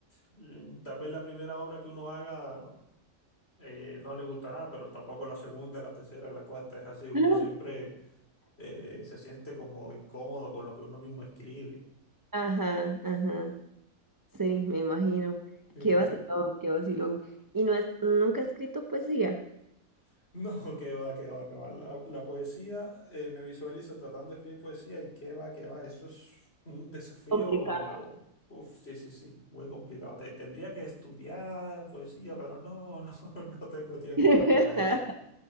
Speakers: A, on the left; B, on the right.
A: mm, tal vez la primera obra que uno haga eh, no le gustará, pero tampoco la segunda, la tercera, la cuarta, es así. Uno
B: <laughs>
A: siempre eh, se siente como incómodo con lo que uno mismo escribe.
B: Ajá, ajá. Sí, me imagino.
A: Sí.
B: Qué vacilón, qué vacilón. ¿Y no es, nunca ha escrito poesía?
A: <laughs> No, que va, que va, que va. La, la poesía, eh, me visualizo tratando de escribir poesía y qué va, que va. Eso es un desafío.
B: Complicado.
A: Uf, sí, sí, sí, muy complicado. Te- tendría que estudiar poesía, pero no, no, <laughs> no tengo tiempo
B: <laughs>
A: ya para eso.